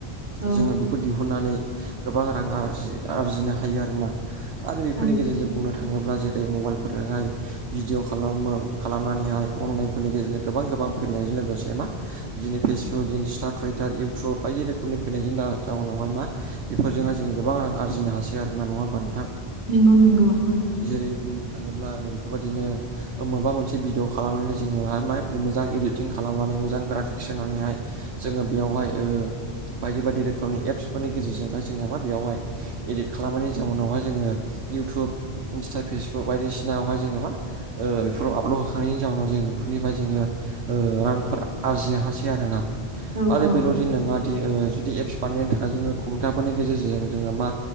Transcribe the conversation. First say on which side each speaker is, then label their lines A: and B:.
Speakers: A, on the right; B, on the right.
A: औ
B: जोङो बेखौ दिहुननानै गोबां रां आरजि आरजिनो हायो आरोना। आरो बेफोरनि
A: औ
B: गेजेरजों बुंनो थाङोब्ला जेरै मबाइलफोरजोंहाय भिडिअ खालाम खालामनानैहाय अनलाइनफोरनि गेजेरजों गोबां गोबां फैनायजों लोगोसे से मा बिदिनो फेसबुक, इन्स्टा, टुइटार, इउटुब बायदि रोखोमनि फैनायजों जाउनावहाय मा बेफोरजोंहाय जोङो गोबां रां आरजिनो हासै आरो ना नङा होमबा नोंथां।
A: नंगौ नंगौ औ।
B: जेरै बुंनो थाङोब्ला बेफोरबायदिनो माबा मोनसे भिडिअ खालामनानै जोङोहाय मा मोजां इडिटिं खालामनानै मोजां ग्राफिक्स होनानैहाय जोङो बेयावहाय ओ बायदि बायदि रोखोमनि एप्सफोरनि गेजेरजोंहाय जोङो मा बेयावहाय इदिट खालामनायनि जाउनावहाय जोङो इउटुब, इन्स्टा, फेसबुक बायदिसिनायावहाय जोङो मा ओ बेफोराव आपलड होखांनायनि जाउनाव जों बेफोरनिफ्राय जोङो ओ रां फोर आरजिनो हासै आरोना
A: औ
B: आरो
A: औ
B: बेल'दि नङा बिदि जुदि एप्स बानायनो थाखाय जोङो कम्पिउटारफोरनि गेजेरजों जोङो मा